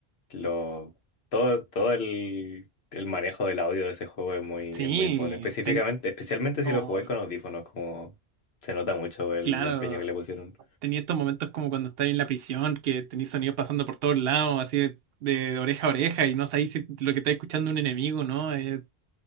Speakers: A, on the left; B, on the right.
A: lo, todo, todo el, el manejo del audio de ese juego es muy,
B: Sí,
A: es muy bueno. Específicamente,
B: ten-
A: especialmente si
B: Como,
A: lo jugáis con audífonos, como se nota mucho el
B: claro,
A: empeño que le pusieron.
B: tenía estos momentos como cuando estás en la prisión, que tenéis sonidos pasando por todos lados, así de, de oreja a oreja, y no sabéis si lo que está escuchando un enemigo, ¿no? Es